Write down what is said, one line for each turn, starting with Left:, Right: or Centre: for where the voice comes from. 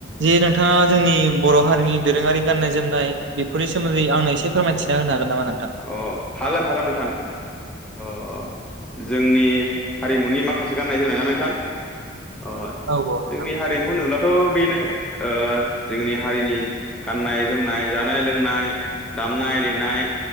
Right: जे नोंथाङा जोंनि बर' हारिनि दोरोंङारि गाननाय जोमनाय बेफोरनि सोमोन्दै आंनो एसे फोरमायथिना हो हागोनामा नोंथां
Centre: अ हागोन हागोन नोंथां अ जोंनि हारिमुनि माखासे गाननाय जोमनाय ना नोंथां अ
Right: औ औ नोंथां
Centre: जोंनि हारिमु होनोब्लाथ बेनो जोंनि हारिनि गाननाय जोमनाय जानाय लोंनाय दामनाय देनाय